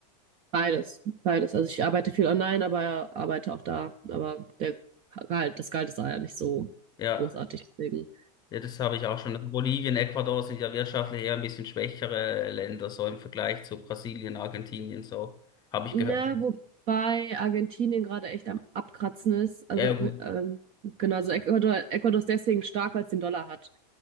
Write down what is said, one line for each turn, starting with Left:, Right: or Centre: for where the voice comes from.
Right: Beides, beides. Also ich arbeite viel online, aber arbeite auch da. Aber der Gehalt, das Gehalt ist da ja nicht so
Left: Ja.
Right: großartig. Deswegen.
Left: Ja, das habe ich auch schon. Also Bolivien, Ecuador sind ja wirtschaftlich eher ein bisschen schwächere Länder, so im Vergleich zu Brasilien, Argentinien, so habe ich
Right: Na,
Left: gehört.
Right: wobei Argentinien gerade echt am Abkratzen ist. Also,
Left: Ja, ja,
Right: ab-
Left: gut.
Right: ähm, genau, also Ecuador, Ecuador ist deswegen stark, weil es den Dollar hat.